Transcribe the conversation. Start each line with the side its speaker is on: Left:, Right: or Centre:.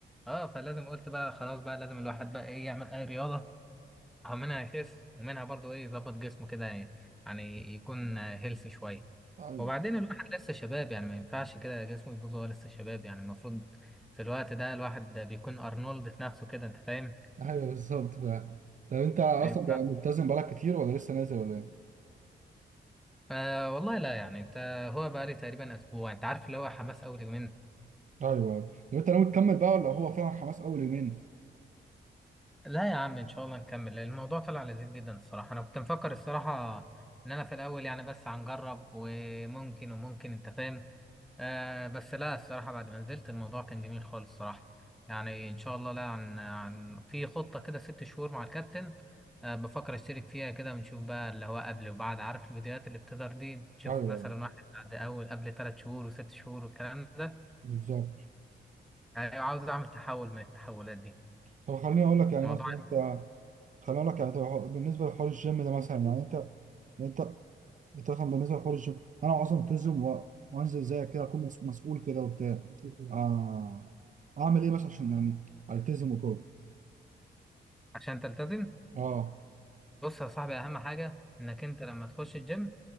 Centre: آه، فلازم قلت بقى خلاص بقى لازم الواحد بقى ايه يعمل اي رياضه او منها يخس ومنها برضو ايه يظبط جسمه كده يعني يكون هيلث شويه
Right: ايوه
Centre: وبعدين الواحد لسه شباب يعني ما ينفعش كده جسمه يبوظ وهو لسه شباب يعني المفروض في الوقت ده الواحد ده بيكون ارنولد في نفسه كده انت فاهم
Right: ايوه بالظبط فعلا طب انت اصلا
Centre: أيوة.
Right: بقى ملتزم بقالك كتير ولا لسه نازل ولا ايه؟
Centre: آه والله لا يعني انت هو بقى لي تقريبا اسبوع انت عارف اللي هو حماس اول يومين
Right: ايوه ايوه طب انت ناوي تكمل بقى ولا هو فعلا حماس اول يومين؟
Centre: لا يا عم ان شاء الله نكمل لان الموضوع طلع لذيذ جدا الصراحه انا كنت مفكر الصراحه ان انا في الاول يعني بس هنجرب وممكن وممكن انت فاهم آه بس لا الصراحه بعد ما نزلت الموضوع كان جميل خالص الصراحه يعني ان شاء الله لا عن عن في خطه كده ست شهور مع الكابتن آه بفكر اشترك فيها كده ونشوف بقى اللي هو قبل وبعد عارف الفيديوهات اللي بتظهر دي تشوف
Right: ايوه
Centre: مثلا واحد بعد اول قبل ثلاث شهور وست شهور والكلام ده
Right: بالظبط
Centre: يعني عاوز اعمل تحول من التحولات دي
Right: طب خليني اقول لك يعني
Centre: موضوع
Right: مثلا انت خليني اقول لك يعني طب هو بالنسبه لحوار الجيم ده مثلا يعني انت انت انت مثلا بالنسبه لحوار الجيم انا اصلا التزم و- وانزل زيك كده اكون مس- مسؤول كده وبتاع آه اعمل ايه مثلا عشان يعني التزم وكده
Centre: عشان تلتزم
Right: اه
Centre: بص يا صاحبي اهم حاجه انك انت لما تخش الجيم